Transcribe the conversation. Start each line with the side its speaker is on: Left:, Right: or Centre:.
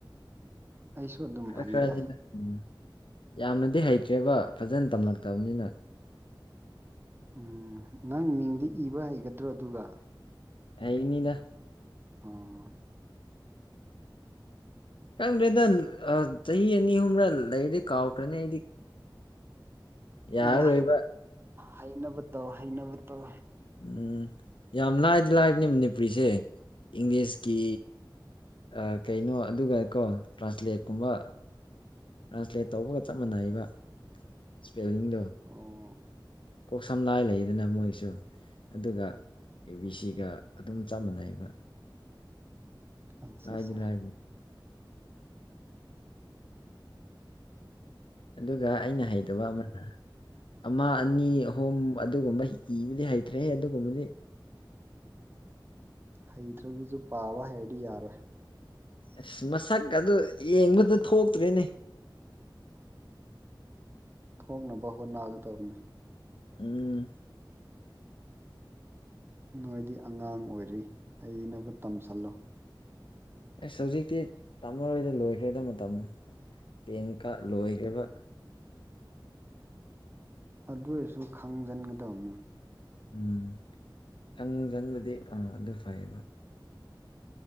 Right: ꯑꯩꯁꯨ ꯑꯗꯨꯝ
Left: ꯈꯔ
Right: ꯍꯩꯗ
Left: ꯈꯔꯅꯤꯅ ꯎ ꯌꯥꯝꯅꯗꯤ ꯍꯩꯇ꯭ꯔꯦꯕ ꯐꯖꯅ ꯇꯝꯂꯛꯇꯕꯅꯤꯅ
Right: ꯎꯝ ꯅꯪ ꯃꯤꯡꯗꯤ ꯏꯕ ꯍꯩꯒꯗ꯭ꯔꯣ ꯑꯗꯨꯒ
Left: ꯑꯦꯅꯤꯗ
Right: ꯑꯝ
Left: ꯈꯥꯪꯗ꯭ꯔꯦꯗ ꯑꯥ ꯆꯍꯤ ꯑꯅꯤ ꯑꯍꯨꯝꯔ ꯂꯩꯔ ꯀꯥꯎꯈ꯭ꯔꯅꯤ ꯑꯩꯗꯤ ꯌꯥꯔꯔꯣꯏꯕ
Right: ꯑꯅ ꯍꯩꯅꯕ ꯇꯧ ꯍꯩꯅꯕ ꯇꯧ
Left: ꯎꯝ ꯌꯥꯝ ꯂꯥꯏꯗꯤ ꯂꯥꯏꯕꯅꯦ ꯃꯅꯤꯄꯨꯔꯤꯁꯦ ꯏꯪꯂꯤꯁꯀꯤ ꯑ ꯀꯩꯅꯣ ꯑꯗꯨꯒ ꯀꯣ ꯇ꯭ꯔꯥꯟꯁꯂꯦꯠꯀꯨꯝꯕ ꯇ꯭ꯔꯥꯟꯁꯂꯦꯠ ꯇꯧꯕꯒ ꯆꯞ ꯃꯥꯟꯅꯩꯕ ꯁ꯭ꯄꯦꯂꯤꯡꯗꯣ
Right: ꯑꯣ
Left: ꯀꯣꯛ ꯁꯝ ꯂꯥꯏ ꯂꯩꯗꯅ ꯃꯣꯏꯁꯨ ꯑꯗꯨꯒ ꯑꯦ ꯕꯤ ꯁꯤꯒ ꯑꯗꯨꯝ ꯆꯞ ꯃꯥꯟꯅꯩꯕ
Right: ꯑꯠꯆꯥ
Left: ꯍꯥꯏꯗꯅ
Right: ꯑꯠꯆꯥ
Left: ꯍꯥꯏꯗꯦ ꯑꯗꯨꯒ ꯑꯩꯅ ꯍꯩꯇꯕ ꯑꯃꯅ ꯑꯃ ꯑꯅꯤ ꯑꯍꯨꯝ ꯑꯗꯨꯒꯨꯝꯕ ꯏꯕꯗꯤ ꯍꯩꯇ꯭ꯔꯦꯍꯦ ꯑꯗꯨꯒꯨꯝꯕꯗꯤ
Right: ꯍꯩꯇ꯭ꯔꯒꯁꯨ ꯄꯥꯕ ꯍꯩꯔꯗꯤ ꯌꯥꯔꯦ
Left: ꯑꯁ ꯃꯁꯛ ꯑꯗꯨ ꯌꯦꯡꯕꯗ ꯊꯣꯛꯇ꯭ꯔꯤꯅꯦ
Right: ꯊꯣꯛꯅꯕ ꯍꯣꯠꯅꯒꯗꯕꯅꯦ
Left: ꯎꯝ
Right: ꯅꯣꯏꯗꯤ ꯑꯉꯥꯡ ꯑꯣꯏꯔꯤ ꯍꯩꯅꯕ ꯇꯝꯁꯜꯂꯣ
Left: ꯑꯦꯁ ꯍꯧꯖꯤꯛꯇꯤ ꯇꯥꯃꯔꯣꯏꯗ ꯂꯣꯏꯈ꯭ꯔꯦꯗꯕ ꯃꯇꯝꯗ ꯇꯦꯟꯀ ꯂꯣꯏꯈ꯭ꯔꯦꯕ
Right: ꯑꯗꯨ ꯑꯣꯏꯔꯁꯨ ꯈꯪꯖꯟꯒꯗꯕꯅꯦ
Left: ꯎꯝ ꯁꯪꯁꯟꯕꯗꯤ ꯑꯥ ꯑꯗꯨ ꯐꯩꯌꯦꯕ